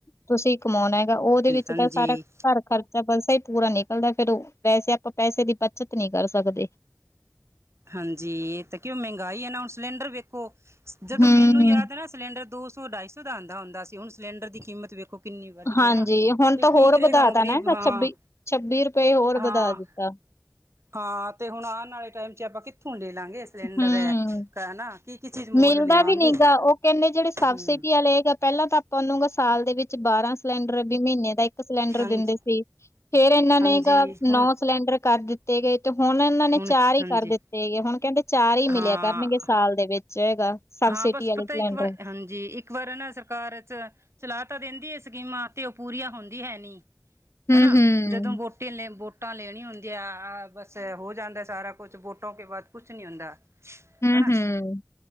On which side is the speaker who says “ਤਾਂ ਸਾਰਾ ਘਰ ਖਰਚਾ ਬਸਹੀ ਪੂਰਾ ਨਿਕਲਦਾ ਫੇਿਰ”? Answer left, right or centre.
Left